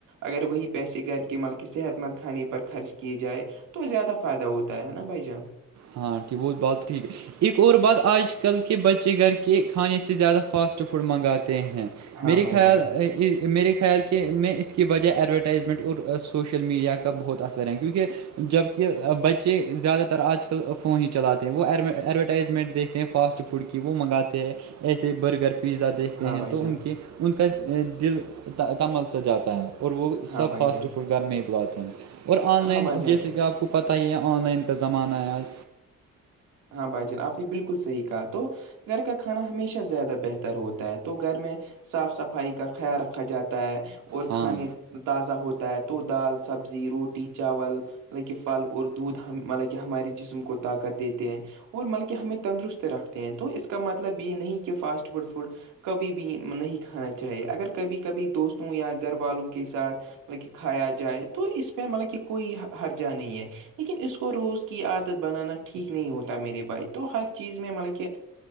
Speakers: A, on the right (about 85°); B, on the right (about 60°).
A: اگر وہی پیسے گھر کے مل کےی صحت مند کھانے پر خرچ کیے جائے تو زیادہ فائدہ ہوتا ہے نا بھائی جان
B: ہاں ٹھیک وہ بات ٹھیک ہے ایک اور بات آج کل کے بچے گھر کے کھانے سے زیادہ فاسٹ فوڈ منگاتے ہیں
A: ہاں
B: میرے
A: بھائی
B: خیال
A: جان
B: میرے خیال کے میں اس کی وجہ ایڈورٹائزمنٹ اور سوشل میڈیا کا بہت اثر ہے کیونکہ جبکہ بچے زیادہ تر آج کل ک فون ہی چلاتے ہیں وہ ایڈورٹائزمنٹ دیکھتے ہیں فاسٹ فوڈ کی وہ منگاتے ہیں ایسے برگر پیزا دیکھتے
A: ہاں
B: ہیں
A: بھائی
B: تو
A: جان
B: ان کے ان کا دل تمل سا جاتا ہے اور وہ
A: ہاں
B: سب
A: بھائی
B: فاسٹ
A: جان
B: فوڈ گھر میں ہی بلاتے ہیں اور آن
A: ہاں
B: لائن
A: بھائی جان
B: جیسے کہ آپ کو پتہ ہی یہ آن لائن کا زمانہ آج
A: ہاں بھائی جان آپ نے بالکل صحیح کہا تو گھر کا کھانا ہمیشہ زیادہ بہتر ہوتا ہے تو گھر میں صاف صفائی کا خیال رکھا جاتا ہے اور
B: ہاں
A: کھانے تازہ ہوتا ہے تو دال سبزی روٹی چاول مطلب کہ پھل اور دودھ ہم مطلب کہ ہمارے جسم کو طاقت دیتے ہیں اور ملکہ ہمیں تندرست رکھتے ہیں تو اس کا مطلب یہ نہیں کہ فاسٹ فوڈ فوڈ کبھی بھی نہیں کھانا چاہیے اگر کبھی کبھی دوستوں یا گھر والوں کے ساتھ مطلب کہ کھایا جائے تو اس پہ مطلب کہ کوئی ہرجہ نہیں ہے لیکن اس کو روز کی عادت بنانا ٹھیک نہیں ہوتا میرے بھائی تو ہر چیز میں مطلب کہ